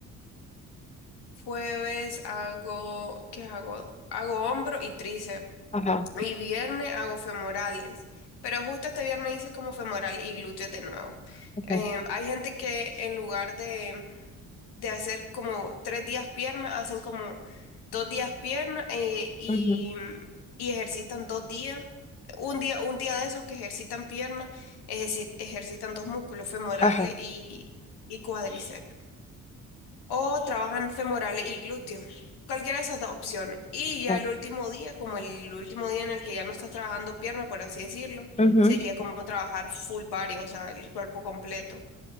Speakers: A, on the left; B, on the left.
A: jueves hago, ¿qué hago? Hago hombro y tríceps,
B: ajá,
A: y viernes hago femorales, pero justo este viernes hice como femoral y glúteos de nuevo.
B: ajá,
A: Em, hay gente que en lugar de de hacer como tres días pierna, hacen como dos días pierna eh, y,
B: ujú,
A: y ejercitan dos días. Un día, un día de esos que ejercitan pierna, ejerci- ejercitan dos músculos, femorales
B: ajá,
A: y, y cuádriceps. O trabajan femorales y glúteos. Cualquiera de esas dos opciones. Y ya
B: ajá.
A: el último día, como el último día en el que ya no estás trabajando pierna, por así decirlo,
B: ujú.
A: sería como trabajar full body, o sea, el cuerpo completo.